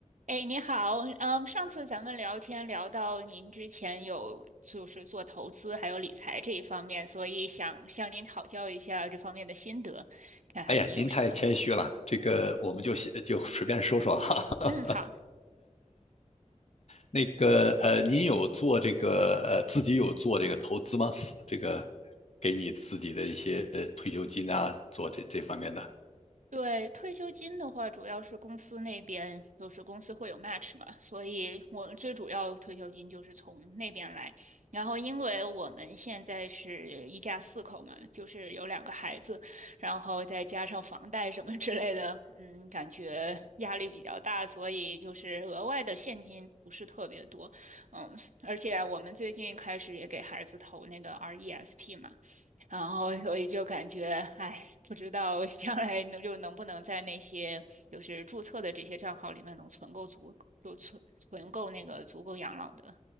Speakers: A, on the right; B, on the left.
A: 哎，你好，嗯，上次咱们聊天聊到您之前有就是做投资还有理财这一方面，所以想向您讨教一下这方面的心得，看看您有什么。
B: 哎呀，您太谦虚了，这个我们就先就随便说说哈。<laughs>
A: 嗯，好，
B: 那个呃，您有做这个呃自己有做这个投资吗？是这个给你自己的一些呃退休金啊，做这这方面的。
A: 对，退休金的话，主要是公司那边，就是公司会有 match 嘛，所以我最主要退休金就是从那边来。然后，因为我们现在是一家四口嘛，就是有两个孩子，然后再加上房贷什么之类的，嗯，感觉压力比较大，所以就是额外的现金不是特别多，嗯，而且我们最近开始也给孩子投那个 RESP 嘛。然后所以就感觉，哎，不知道将来能就能不能在那些就是注册的这些账号里面能存够足，就存存够那个足够养老的